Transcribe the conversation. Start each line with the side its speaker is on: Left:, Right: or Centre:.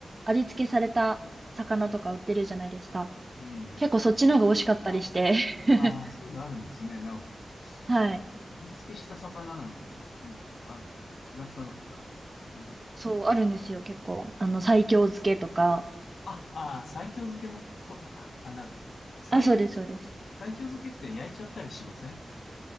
Right: 味付けされた魚とか売ってるじゃないですか。
Left: うん。
Right: 結構そっちの方が美味しかったりして。
Left: あ、そうなんだ。
Right: <laughs>
Left: ああ、そういうのあるんですね。なるほど。
Right: はい。
Left: 味付けした魚なんていうものがあるんだ。気がつかなかったな。うん。
Right: そう、あるんですよ、結構。あの、西京漬けとか。
Left: あ、ああ、西京漬けのことか。あ、なるほど。西京
Right: あ、そうです、そうです。
Left: 西京漬けって焼いちゃったりしません